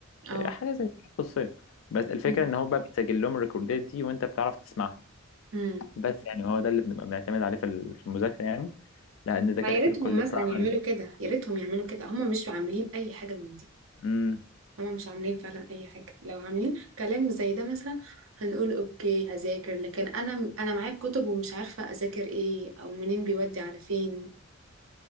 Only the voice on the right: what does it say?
اه
مم.
مم.
ما يا ريتهم
مثلا
يعملوا كده يا ريتهم يعملوا كده هم مش عاملين اي حاجة من دي
هما مش عاملين فعلا اي حاجه لو عاملين كلام زي ده مثلا هنقول اوكي هذاكر لكن انا انا معايا كتب ومش عارفه اذاكر ايه او منين بيودي على فين